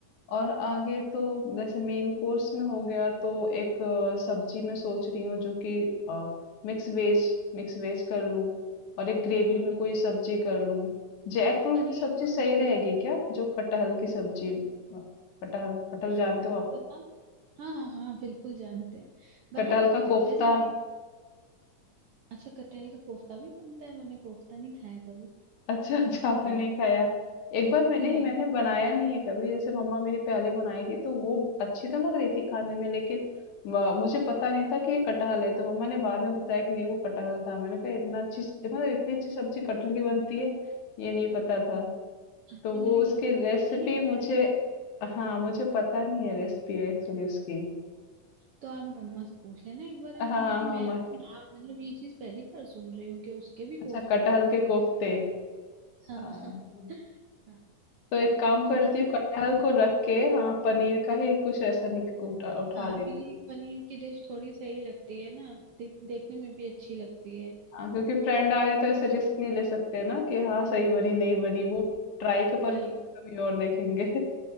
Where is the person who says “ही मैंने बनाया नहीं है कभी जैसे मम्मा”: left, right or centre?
Left